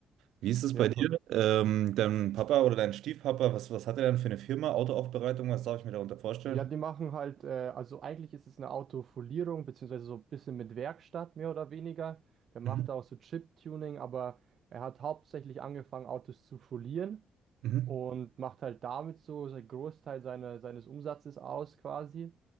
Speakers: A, on the right; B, on the right.
A: Wie ist es
B: Ja,
A: bei dir?
B: voll.
A: Ähm, dein Papa oder dein Stiefpapa, was, was hat er denn für eine Firma? Autoaufbereitung, was darf ich mir darunter vorstellen?
B: Ja, die machen halt, äh, also eigentlich ist es eine Autofolierung, beziehungsweise so ein bisschen mit Werkstatt mehr oder weniger. Der macht
A: Mhm.
B: da auch so Chip-Tuning, aber er hat hauptsächlich angefangen, Autos zu folieren
A: Mhm.
B: und macht halt damit so seinen Großteil seiner, seines Umsatzes aus quasi.